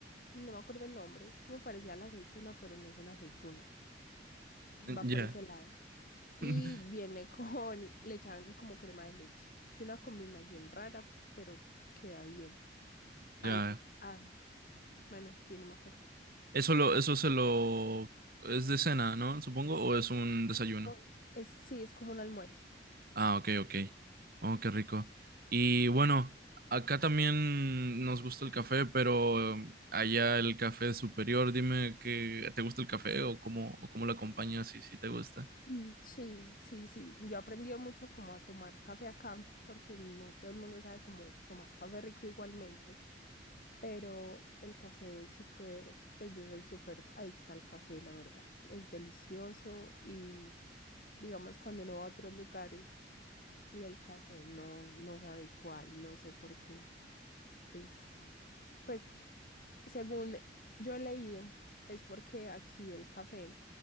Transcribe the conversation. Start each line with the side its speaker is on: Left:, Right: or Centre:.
Left: No me acuerdo el nombre, es como parecía a la aceituna, pero no es una aceituna. Va
Right: Ya,
Left: por ese lado. y
Right: <laughs>
Left: viene <laughs> con, le echan como crema de leche. Es una combinación rara, pero queda bien. Al,
Right: ya.
Left: ah, bueno, sí, no me acuerdo.
Right: Eso lo, eso se lo, es de cena, ¿no? Supongo, o es un desayuno.
Left: O- Es, sí, es como un almuerzo.
Right: Ah, ok, ok. Oh, qué rico. Y bueno, acá también nos gusta el café, pero eh, allá el café es superior. Dime que, ¿te gusta el café o cómo, o cómo lo acompañas y si te gusta?
Left: Mm, Sí, sí, sí. Yo he aprendido mucho como a tomar café acá, porque no todo el mundo sabe cómo tomar café rico igualmente, pero el café es súper, pues yo soy súper adicta al café, la verdad. Es delicioso y digamos cuando uno va a otros lugares. el café, no, no sabe cuál, no sé por qué. Es, pues, según yo he leído, es porque aquí el café